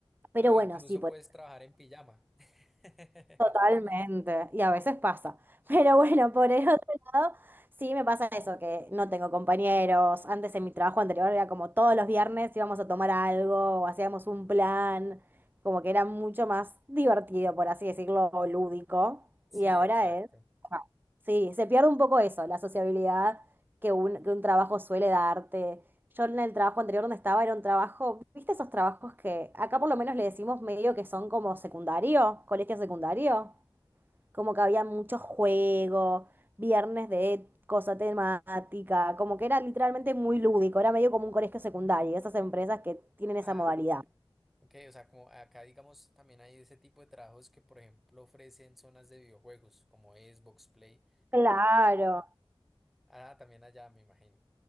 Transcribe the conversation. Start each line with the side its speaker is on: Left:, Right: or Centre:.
Right: Pero
Centre: No,
Right: bueno,
Centre: incluso
Right: sí, por
Centre: puedes trabajar en pijama. <laughs>
Right: Totalmente, y a veces pasa. <laughs> Pero bueno, por el otro lado, sí me pasa eso, que no tengo compañeros. Antes en mi trabajo anterior era como todos los viernes íbamos a tomar algo, o hacíamos un plan, como que era mucho más divertido, por así decirlo, o lúdico.
Centre: Sí,
Right: Y ahora
Centre: exacto.
Right: es... ah, Sí, se pierde un poco eso, la sociabilidad que un, que un trabajo suele darte. Yo en el trabajo anterior donde estaba era un trabajo, ¿viste esos trabajos que acá por lo menos le decimos medio que son como secundario, colegio secundario? Como que había muchos juegos, viernes de cosa temática, como que era literalmente muy lúdico, era medio como un colegio secundario, esas empresas que tienen
Centre: Ah,
Right: esa modalidad.
Centre: no. Ok, o sea, como acá digamos también hay ese tipo de trabajos que por ejemplo ofrecen zonas de videojuegos como Xbox Play.
Right: Claro,
Centre: Ah, también allá, me imagino.